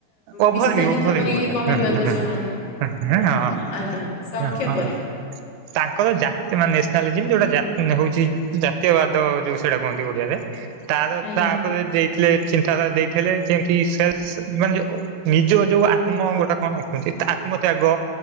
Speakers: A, on the right; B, on the left.
A: ଓଭର
B: ବିସ୍ତାରିତ
A: ଭ୍ୟୁ ଓଭର
B: କରିକି
A: ଭ୍ୟୁ ଗୋଟେ
B: କହିବାକୁ
A: ହଁ
B: ଚାହୁଁନି
A: ହଁ
B: ଆଜ୍ଞା ସଂକ୍ଷେପରେ
A: ହଁ ତାଙ୍କର ଜାତି ମାନେ ନେସନାଲିଜମ ଯୋଉଟା ଜା ହଉଛି ତୀୟ ବାଦ ଯୋଉ ସେଟା କୁହନ୍ତି ଓଡିଆରେ ତାର
B: ଆଜ୍ଞା
A: ତାପରେ ଜ ଥିଲେ ଚିନ୍ତାଧାରା ଦେଇଥିଲେ ଯେମତି ସେ ମାନେ ନିଜ ଯୋଉ ଆତ୍ମ ଗୋଟେ କଣ ଅଛନ୍ତି ଆତ୍ମତ୍ୟାଗ